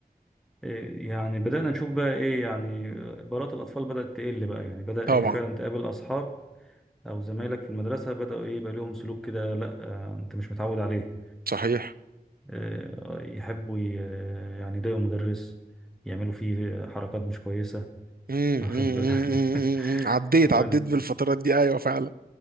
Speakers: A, in the centre; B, on the right.
A: إيه، يعني بدأنا نشوف بقى إيه يعني برات الأطفال بدأت تقل بقى يعني بدأ
B: طبعا
A: إيه فعلا تقابل أصحاب أو زمايلك في المدرسة بدأوا إيه يبقى لهم سلوك كده لا آه، أنت مش متعود عليه
B: صحيح
A: آه، يحبوا ي- آه، يعني يضايقوا المدرس يعملوا فيه حركات مش كويسة
B: مم.
A: واخد
B: مم.
A: بالك
B: مم. مم.
A: <laughs>
B: مم. مم. عديت
A: وانت
B: عديت بالفترات دي ايوه فعلا